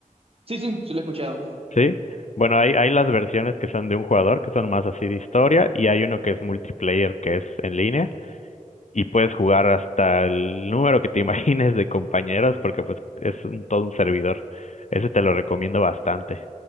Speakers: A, on the right; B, on the left.
A: Sí, sí, sí lo he escuchado.
B: ¿sí? Bueno, hay, hay las versiones que son de un jugador, que son más así de historia, y hay uno que es multiplayer, que es en línea, y puedes jugar hasta el número que te <laughs> imagines de compañeros, porque pues es un- todo un servidor. Ese te lo recomiendo bastante.